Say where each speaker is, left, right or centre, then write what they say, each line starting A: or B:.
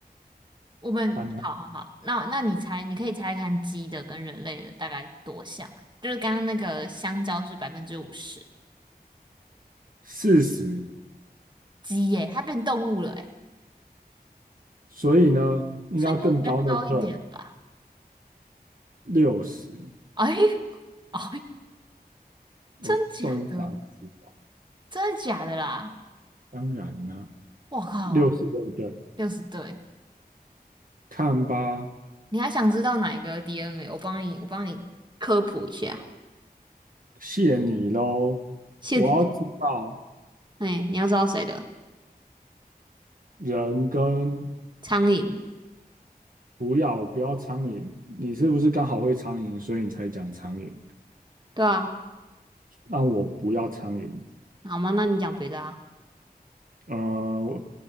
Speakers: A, on the right (about 30°); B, on the right (about 60°).
A: 我们好好好，
B: <laughs> banana，
A: 那那你猜，你可以猜看鸡的跟人类的大概多像？就是刚刚那个香蕉是百分之五十，
B: 四十。
A: 鸡耶，它变动物了哎，
B: 所以呢，应该要更高，
A: 所以应该会比较高一点吧？
B: 对不对？六十，
A: <laughs> 哎哎，
B: 我动物百十吧，
A: 真假的？真的假的啦？
B: 当然呢，
A: 我靠，
B: 六十对不对？
A: 六十对，
B: 看吧，
A: 你还想知道哪一个 DNA？我帮你，我帮你，科普一下。
B: 谢你喽。
A: 现，
B: 我要知道
A: 哎，你要知道谁的？
B: 人跟
A: 苍蝇，
B: 不要，我不要苍蝇。你是不是刚好会苍蝇，所以你才讲苍蝇？
A: 对啊，
B: 让我不要苍蝇。
A: 好吗？那你讲别的啊，
B: 呃，